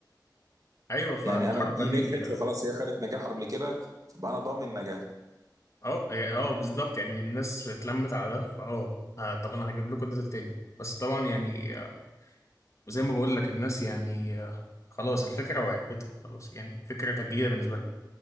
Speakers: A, on the left; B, on the right.
A: ايوه فالحركة
B: يعني أنا دي
A: دي
B: نجحت
A: اه
B: فخلاص هي خدت نجاح قبل كده فبقى أنا ضامن نجاح
A: اه يعني، آه، بالظبط يعني الناس اتلمت على ده فاه آه، طب انا هجيب لكم ده تاني بس طبعا يعني آه، وزي ما بقول لك الناس يعني آه، خلاص الفكرة وعرفتها خلاص يعني الفكرة كانت جديدة بالنسبة لها